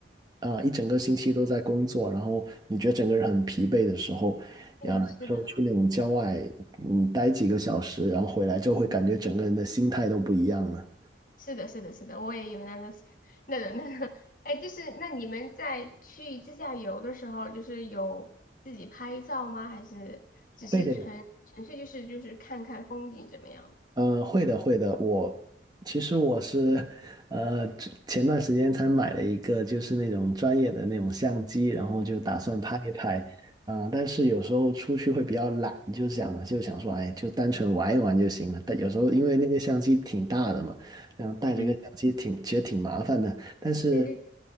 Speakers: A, on the right; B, on the left.
A: 啊、一整个星期都在工作，然后你觉得整个人很疲惫的时候，
B: 对，
A: 呀，有时候去那种郊外，
B: 是的。
A: 嗯，待几个小时，然后回来就会感觉整个人的心态都不一样了。
B: 是的，是的，是的，我也有那种 <laughs>、那个那个，哎，就是那你们在去自驾游的时候，就是有自己拍照吗？还是只是纯纯粹就是就是看看风景怎么样的？
A: 对的。嗯，会的，会的。我其实我是，呃，之前段时间才买了一个，就是那种专业的那种相机，然后就打算拍一拍。啊、但是有时候出去会比较懒，就想就想说，哎，就单纯玩一玩就行了。但有时候因为那个相机挺大的嘛，然后带着个相机挺其实挺麻烦的。
B: 嗯，
A: 但是，
B: 对对对。